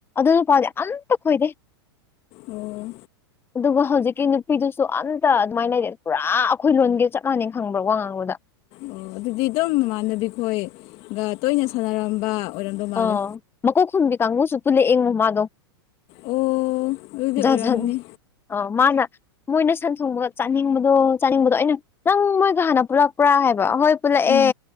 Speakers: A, on the left; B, on the left.
A: ꯑꯗꯨꯢ ꯅꯨꯄꯥꯗꯣ ꯑꯝꯇ ꯀꯣꯏꯗꯦ
B: ꯑꯣ
A: ꯑꯗꯨꯒ ꯍꯧꯖꯤꯛꯀꯤ ꯅꯨꯄꯤꯗꯨꯁꯨ ꯑꯝꯇ ꯑꯗꯨꯃꯥꯏꯅ ꯂꯩꯔꯦ ꯄꯨꯔꯥ ꯑꯩꯈꯣꯏ ꯂꯣꯟꯒꯤ ꯆꯞ ꯃꯥꯟꯅꯩ ꯈꯪꯕ꯭ꯔꯥ ꯋꯥ ꯉꯥꯡꯕꯗ
B: ꯑꯣ ꯑꯗꯨꯗꯤ ꯑꯗꯨꯝ ꯃꯃꯥꯟꯅꯕꯤꯈꯣꯏꯒ ꯇꯣꯏꯅ ꯁꯥꯟꯅꯔꯝꯕ ꯑꯣꯏꯔꯝꯗꯧ ꯃꯥꯜꯂꯦ
A: ꯑ ꯃꯀꯣꯛ ꯈꯨꯝꯕꯤ ꯀꯥꯡꯕꯨꯁꯨ ꯄꯨꯜꯂꯛ ꯌꯦꯉꯣ ꯃꯥꯗꯣ
B: ꯑꯣ ꯑꯗꯨꯗꯤ
A: <inaudible>
B: ꯑꯣꯏꯔꯝꯅꯤ
A: ꯑ ꯃꯥꯅ ꯃꯣꯏꯅ ꯁꯟ ꯊꯣꯡꯕꯒ ꯆꯥꯅꯤꯡꯕꯗꯣ ꯆꯥꯅꯤꯡꯕꯗꯣ ꯑꯩꯅ ꯅꯪ ꯃꯣꯏꯒ ꯍꯥꯟꯅ ꯄꯨꯂꯞ ꯄꯔꯥ ꯍꯥꯏꯕ ꯍꯣꯏ ꯄꯨꯜꯂꯛꯑꯦ
B: ꯎꯝ